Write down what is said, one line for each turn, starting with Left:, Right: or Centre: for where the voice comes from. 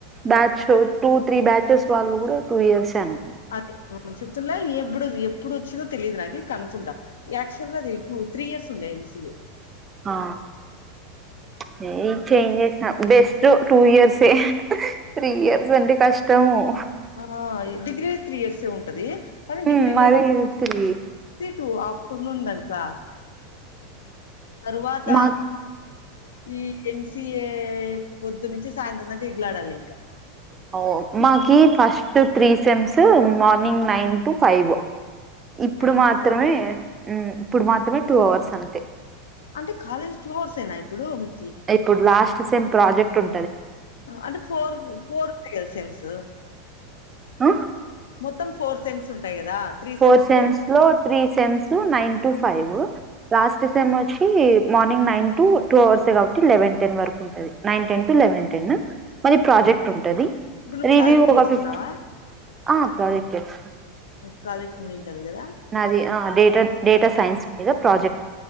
Right: బ్యాచ్ టూ త్రీ బ్యాచెస్ వాళ్ళు కూడా టూ ఇయర్సే అను
Left: అదే జుత్తుల ఇ ఇప్పుడు ఎప్పుడు వచ్చిందో తెలియదు నాకు కనుక్కుంటా యాక్చువల్ గా అది టూ త్రీ ఇయర్స్ ఉండే ఎన్సిఏ
Right: ఆ న చేంజ్ చేసిన బెస్ట్ టూ ఇయర్సే త్రీ ఇయర్స్ అంటే కష్టం త
Left: ఆ డిగ్రీ త్రీ ఇయర్స్ హె ఉంటది కానీ
Right: ఉమ్
Left: డిగ్రీ
Right: మరి
Left: లే
Right: ఇది త్రీ
Left: టు ఆఫ్టర్నూన్ లంచ్ ఆ తరువాత
Right: మా
Left: ఈ ఎంసి పొద్దు నుంచి సాయంత్రక ఇగులాడాలి ఇంకా
Right: ఓ మకి first three sems morning nine to five ఇప్పుడు
Left: నైన్
Right: మాత్రమే
Left: టు ఫైవ్
Right: మ్ ఇప్పుడు మాత్రమే టూ అవర్స్ అంతే
Left: అంటే కాలేజీ టూ అవర్స్ ఎన ఇప్పుడు మీ
Right: ఇప్పుడు లాస్ట్ సేమ్ ప్రాజెక్ట్ ఉం
Left: అంటే ఫోర్ ఫోర్ ఫ క సెమ్స్
Right: ఆ
Left: మొత్త ఫోర్ సమ్స్ ఉంటాయి కదా త్రీ
Right: ఫోర్
Left: ఉంటాయి
Right: సెమ్స్ లో three sems nine to five last sem వచ్చి మార్నింగ్ నైన్ టు టూ అవర్సస్ కాబట్టి లెవెన్ టెన్ వరకు ఉంటది nine ten to eleven ten, మరి ప్రాజెక్ట్ ఉంటుది,
Left: ఇప్పుడు నువ్వు
Right: రివ్యూ
Left: ప్రాజెక్ట్
Right: ఒక
Left: చేస్తున్నావా
Right: ఫిఫ్త్ అ ప్రాజెక్ట్ చేస్
Left: ప్రాజెక్ట్ కదా
Right: నాది ఆ డేట డేటా సైన్స్ మీద ప్రాజెక్ట్